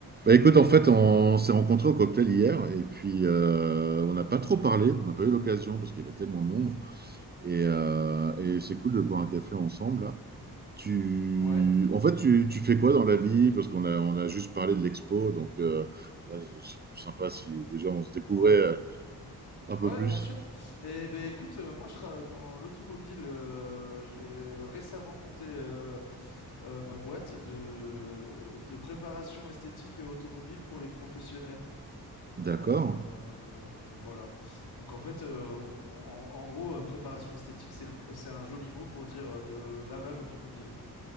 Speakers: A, on the right (about 25°); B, on the left (about 70°).
A: Bah écoute, en fait, on s'est rencontrés au cocktail hier et puis euh, on n'a pas trop parlé, on n'a pas eu l'occasion parce qu'il y avait tellement de monde. Et, euh, et c'est cool de boire un café ensemble là. Tu,
B: Ouais,
A: en fait, tu, tu fais quoi dans la vie? Parce qu'on a, on a juste parlé de l'expo, donc euh, là, c'est plus sympa si déjà on se découvrait
B: ouais,
A: euh, un peu
B: ouais,
A: plus.
B: bien sûr. Et ben écoute, euh, moi je travaille dans l'automobile. euh, j'ai récemment monté euh, euh, ma boîte de, de préparation esthétique automobile pour les professionnels. Euh,
A: D'accord.
B: euh, voilà. Donc en fait, euh, on- en, en gros, euh, préparation esthétique, c'est le- c'est un joli mot pour dire euh, de lavage automobile.